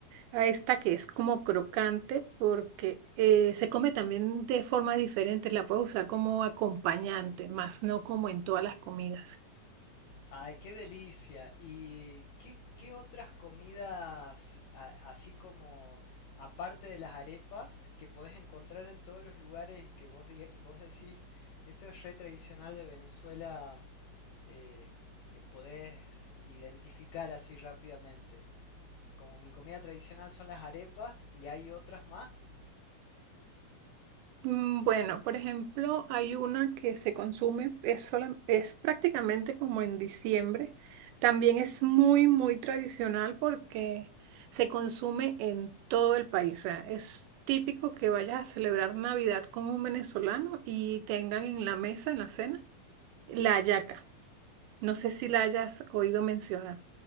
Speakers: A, on the right; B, on the left.
A: A esta que es como crocante porque eh, se come también de forma diferente, la puedo usar como acompañante, más no como en todas las comidas.
B: Ay, qué delicia. ¿Y qué, qué otras comidas, a- así como aparte de las arepas, que podés encontrar en todos los lugares que vos, diga- vos decís, esto es re tradicional de Venezuela, eh, eh, podés identificar así rápidamente? Como mi comida tradicional son las arepas y hay otras más.
A: Mm, Bueno, por ejemplo, hay una que se consume, es, sola- es prácticamente como en diciembre. También es muy, muy tradicional porque se consume en todo el país. O sea, es típico que vayas a celebrar Navidad con un venezolano y tengan en la mesa, en la cena, la hallaca. No sé si la hayas oído mencionar.